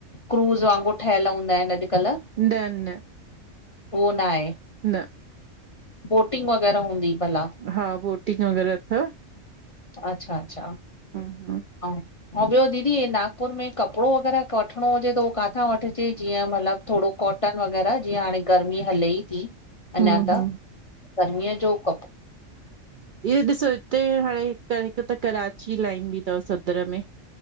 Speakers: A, on the left; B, on the right.
A: क्रूज़ वांगुर ठहिल हूंदा आहिन अॼ अॼ
B: न न
A: उहो न आहे।
B: न
A: बोटिंग वगैर हूंदी भल
B: हा बोटिंग वग़ैरह तव।
A: अच्छा अच्छा
B: हम्म
A: अउं अउं ॿियो दीदी नागपुर में कपड़ो वग़ैरह वठणो हुजे त काथां वठजे जीअं मतलब थोड़ो कॉटन वग़ैरह जीअं हाणे गर्मी हले ई थी अञा
B: हम्म
A: त
B: हम्म
A: गर्मीअ जो कपड़ो
B: इह ॾिसो हिते हाणे हिक त कराची लाइन बि तव सधर में